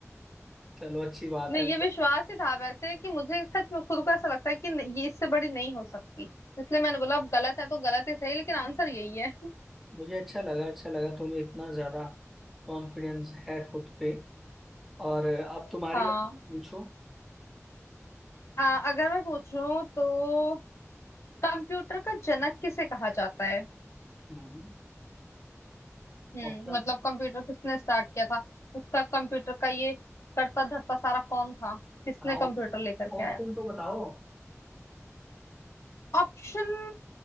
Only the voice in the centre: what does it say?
चलो अच्छी बात
है
मुझे अच्छा लगा अच्छा लगा तुम्हें इतना ज्यादा कॉन्फिडेंस है खुद पे और अब तुम्हारी
बात पूछो
हम्म
ऑप्शन
हाँ
ऑप्शन
तो बताओ